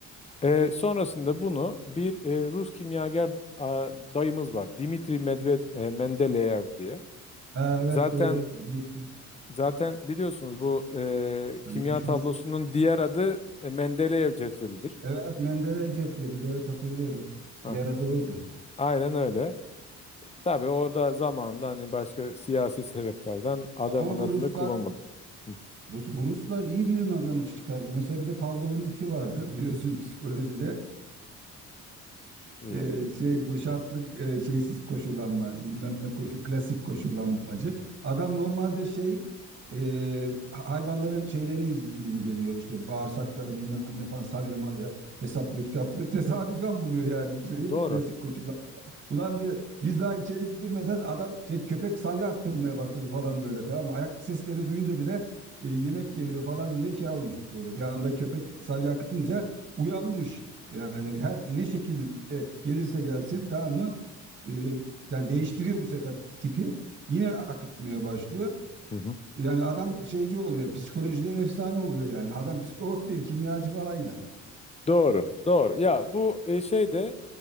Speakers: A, on the left (about 20°); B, on the right (about 40°).
A: E, sonrasında bunu bir e, Rus kimyager a, dayımız var. Dimitri Medved, e, Mendeleyev diye.
B: Ha, evet
A: Zaten
B: doğru biliyorum
A: zaten biliyorsunuz bu e,
B: Ha,
A: kimya
B: meşhur.
A: tablosunun diğer adı e, Mendeleyev cetvelidir.
B: Evet Menderes cetveli de evet hatırlıyorum.
A: Ha,
B: Diğer adı oydu.
A: aynen öyle. Tabii orada zamanında hani başka siyasi sebeplerden adamın
B: Ama
A: adını
B: bu Ruslar
A: kullanmadı. Hı.
B: bu, bu Ruslar iyi bilim adamı çıkarmış. Mesela bir de Pavlov'un iti vardı biliyorsunuz psikolojide. <laughs>
A: Yani.
B: Ee, şey bu şartlı e, şeysiz koşullanma bilmem ne koşu klasik koşullanmacı. Adam normalde şey e, hayvanların şeylerini iz- inceliyor işte bağırsakları bilmem ne falan salya malya hesaplıyor kitaplıyor. Tesadüfen buluyor yani şeyi
A: Doğru.
B: bu klasik Ulan diyor biz daha içeri girmeden adam şey köpek salya aktırmaya başladı falan böyle tamam mı? Ayak sesleri duyunca bile e, yemek geliyor falan diye şey almış böyle. Bir anda köpek salya akıtınca uyanmış. Yani her ne şekilde gelirse gelsin tamam mı? E, yani değiştiriyor bu sefer tipi. Yine akıtmaya başlıyor.
A: Hı hı.
B: Yani adam şeyci oluyor. Psikolojide efsane oluyor yani. Adam psikolog değil, kimyacı falan yani.
A: Doğru, doğru. Ya bu e, şey de